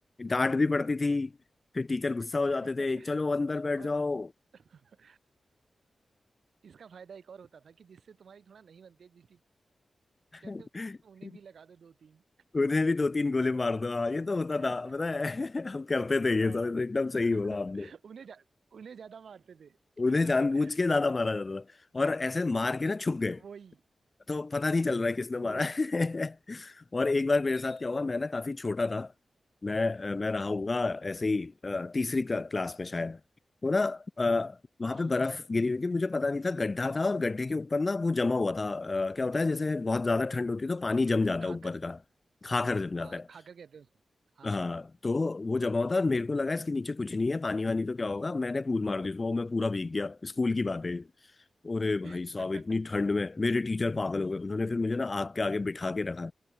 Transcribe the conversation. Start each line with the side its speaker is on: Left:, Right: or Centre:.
Left: डांट भी पड़ती थी फिर टीचर गुस्सा हो
Right: <laughs>
Left: जाते थे चलो अंदर बैठ
Right: और
Left: जाओ
Right: <laughs> इसका फायदा एक और होता था कि जिससे तुम्हारी थोड़ा नहीं बनती है जिस
Left: <laughs>
Right: टीचर से उन्हें भी लगा दो दो तीन
Left: उन्हें भी दो तीन गोले मार दो हाँ ये तो होता
Right: <laughs>
Left: था पता है <laughs> हम करते थे ये
Right: आ,
Left: सब एकदम
Right: <laughs>
Left: सही बोला आपने
Right: उन्हें जा, उन्हें ज्यादा मारते थे
Left: उन्हें
Right: <laughs>
Left: जानबूझ के ज्यादा मारा जाता था और ऐसे मार के ना छुप गए
Right: वही
Left: तो पता नहीं चल रहा है किसने
Right: वही
Left: मारा है <laughs> और एक बार मेरे साथ क्या हुआ मैं ना काफी छोटा था मैं अ, मैं रहा हूँगा ऐसे ही अ, तीसरी क्ला, क्लास में शायद तो ना वहां
Right: हाँ
Left: पे बर्फ गिरी हुई थी मुझे पता नहीं था गड्ढा था और गड्ढे के ऊपर ना वो जमा हुआ था अ, क्या होता है जैसे बहुत ज्यादा ठंड होती है तो पानी जम जाता
Right: खाकर
Left: है ऊपर का खाकर जम जाता
Right: हाँ
Left: है
Right: खाकर कहते हैं उसको हाँ
Left: हाँ तो वो जमा होता है और मेरे को लगा इसके नीचे कुछ नहीं है पानी वानी तो क्या होगा मैंने कूद मार दी उसमें और मैं पूरा भीग गया स्कूल की बात है अरे
Right: <laughs>
Left: भाई साहब इतनी ठंड में मेरे टीचर पागल हो गए उन्होंने फिर मुझे ना आग के आगे बिठा के रखा